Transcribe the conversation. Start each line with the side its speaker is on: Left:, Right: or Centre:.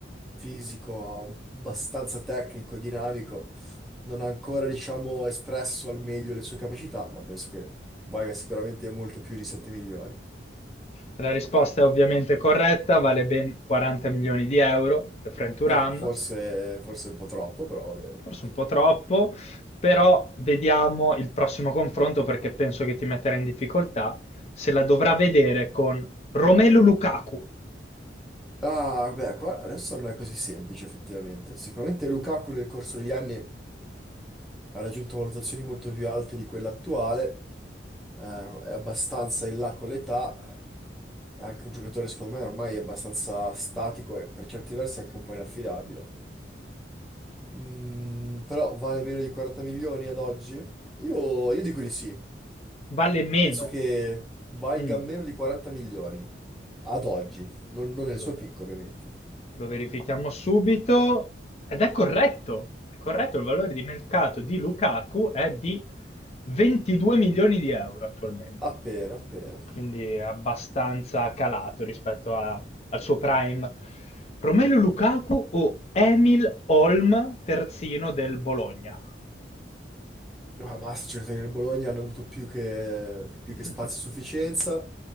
Centre: fisico, abbastanza tecnico, dinamico. Non ha ancora, diciamo, espresso al meglio le sue capacità, ma penso che valga sicuramente molto più di 7 milioni.
Left: La risposta è ovviamente corretta, vale ben 40 milioni di euro, Kefren Turan,
Centre: Ma forse, forse un po' troppo, però va bene.
Left: forse un po' troppo, però vediamo il prossimo confronto perché penso che ti metterà in difficoltà se la dovrà vedere con Romelu Lukaku
Centre: Ah, beh, qua adesso non è così semplice effettivamente. Sicuramente Lukaku nel corso degli anni ha raggiunto valutazioni molto più alte di quella attuale eh, è abbastanza in là con l'età, è anche un giocatore secondo me ormai è abbastanza statico e per certi versi anche un po' inaffidabile. Mm, però vale meno di 40 milioni ad oggi? Io, io dico di sì,
Left: Vale meno.
Centre: penso che valga
Left: Mm,
Centre: meno di 40 milioni ad oggi, non, non
Left: Allora,
Centre: nel suo picco ovviamente,
Left: lo verifichiamo subito. Ed è corretto. È corretto, il valore di mercato di Lukaku è di 22 milioni di euro attualmente.
Centre: appena, appena.
Left: Quindi è abbastanza calato rispetto a- al suo prime. Romelu Lukaku o Emil Holm, terzino del Bologna?
Centre: Ma basta, i giocatori del Bologna hanno avuto più che, più
Left: <laughs>
Centre: che spazio a sufficienza.